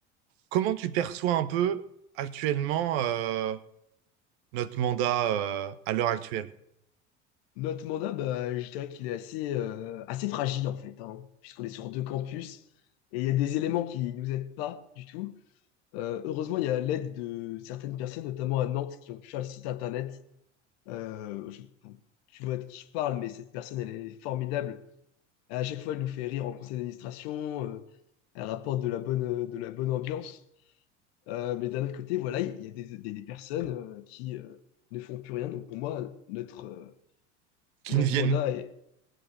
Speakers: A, on the right; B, on the left.
A: comment tu perçois un peu actuellement euh, notre mandat euh, à l'heure actuelle?
B: notre mandat, bah, je dirais qu'il est assez, euh, assez fragile en fait, hein, puisqu'on est sur deux campus et il y a des éléments qui nous aident pas du tout. Euh, heureusement, il y a l'aide de certaines personnes, notamment à Nantes, qui ont pu faire le site internet. Euh, je- enfin, tu vois de qui je parle, mais cette personne, elle est formidable. À chaque fois, elle nous fait rire en conseil d'administration, euh, elle rapporte de la bonne, euh, de la bonne ambiance. Euh, mais d'un autre côté, voilà, il y a des, des- des personnes euh, qui euh, ne font plus rien. Donc pour moi, notre, euh,
A: Qui
B: notre
A: ne viennent,
B: mandat et